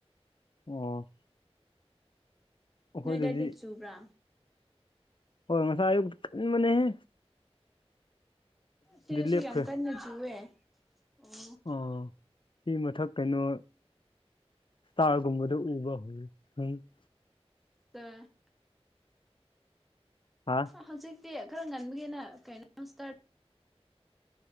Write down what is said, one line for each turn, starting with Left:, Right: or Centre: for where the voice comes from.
Left: ꯑꯣ ꯑꯩꯈꯣꯏꯗꯗꯤ
Centre: ꯅꯣꯏꯗꯥꯏ ꯅꯣꯡ ꯆꯨꯕ꯭ꯔꯥ꯫
Left: ꯍꯣꯏ ꯉꯁꯥꯏ ꯑꯌꯨꯛꯇ ꯀꯅꯤ ꯃꯅꯦ ꯍꯦ
Centre: ꯁꯤꯗꯁꯨ
Left: ꯂꯦꯞꯈ꯭ꯔꯦ
Centre: ꯌꯥꯝ ꯀꯟꯅ ꯆꯨꯋꯦ ꯎꯝ꯫
Left: ꯑ ꯁꯤ ꯃꯊꯛ ꯀꯩꯅꯣ ꯁ꯭ꯇꯥꯔꯒꯨꯝꯕꯗꯣ ꯎꯕ꯭ꯔꯣ <unintelligible>
Centre: <unintelligible>
Left: ꯍꯥ
Centre: ꯍꯧꯖꯤꯛꯇꯤ ꯈꯔ ꯉꯟꯕꯒꯤꯅ ꯀꯩꯅꯣ <unintelligible>